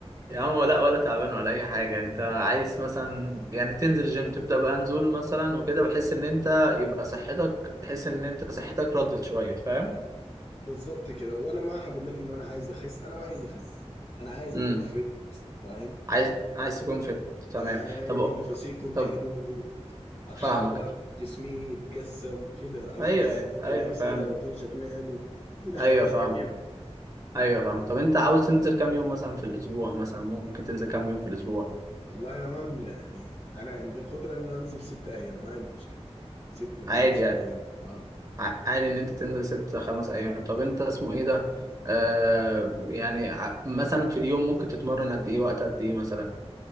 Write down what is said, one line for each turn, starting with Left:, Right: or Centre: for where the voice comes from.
Right: يا عم لا ولا تعبان ولا اي حاجة انت عايز مثلا يعني تنزل الجيم تبدأ بقى نزول مثلا وكده بحيث ان انت يبقى صحتك تحس ان انت صحتك ردت شوية فاهم
Left: بالظبط كده وانا ما هقول لك ان انا عايز اخس انا ما عايز اخس انا عايز
Right: امم
Left: اكون فت فاهم
Right: عايز عايز تكون فت تمام
Left: هاي
Right: طب
Left: نفسي يكون
Right: طب
Left: حلو اتحرك
Right: فاهمك
Left: جسمي يتقسم كده البس
Right: ايوه ايوه ايوه
Left: قميص
Right: فاهم
Left: كده يكون شكلي حلو كده حياة
Right: ايوه
Left: زي
Right: فاهم
Left: دي يعني.
Right: ايوه فاهم طب انت عاوز تنزل كام يوم مثلا في الاسبوع مثلا ممكن تنزل كام يوم في الاسبوع
Left: والله يا مان يعني انا عندي القدرة ان انزل ستة ايام ما عندي مشكلة ستة
Right: عادي
Left: خمسة
Right: يعني
Left: ايام اه
Right: ع- عادي ان انت تنزل ست خمس ايام طب انت اسمه ايه ده آه يعني ع- مثلا في اليوم ممكن تتمرن قد ايه وقت قد ايه مثلا